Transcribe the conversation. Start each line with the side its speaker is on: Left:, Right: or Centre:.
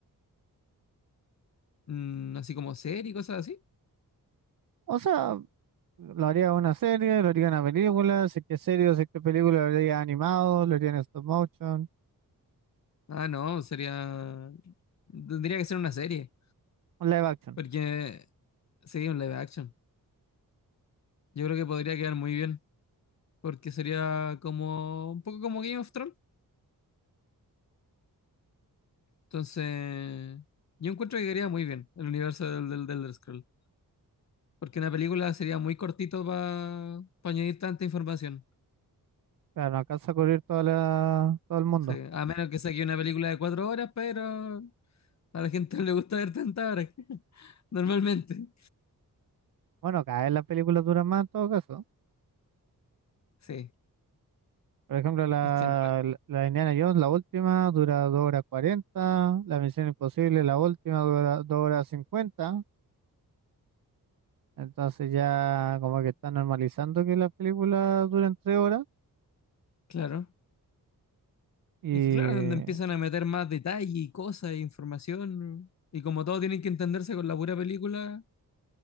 Left: mm, así como serie y cosas así.
Right: O sea, lo haría una serie, lo haría una película, si es que es serie, si es que es película, lo haría animado, lo haría en stop motion,
Left: Ah, no, sería. Tendría que ser una serie.
Right: un live action.
Left: Porque sería un live action. Yo creo que podría quedar muy bien. porque sería como un poco como Game of Thrones. Entonces, yo encuentro que quedaría muy bien el universo del, del, del Elder Scroll, porque una película sería muy cortito para añadir tanta información.
Right: Claro, no alcanza a cubrir toda la, todo el mundo.
Left: Sí, a menos que saque una película de cuatro horas, pero a la gente no le gusta ver tantas horas, <laughs> normalmente.
Right: Bueno, cada vez las películas duran más en todo caso.
Left: Sí,
Right: Por ejemplo, la,
Left: es que anda-
Right: la la Indiana Jones, la última, dura 2 horas 40. la Misión Imposible, la última, dura 2 horas 50. entonces ya como que está normalizando que las películas duren 3 horas.
Left: claro.
Right: Y
Left: Es que claro, donde empiezan a meter más detalle y cosas e información, y como todos tienen que entenderse con la pura película,